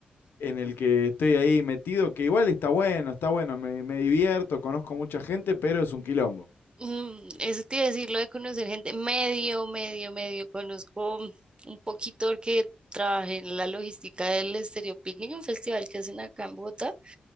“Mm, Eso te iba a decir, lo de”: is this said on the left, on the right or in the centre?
Right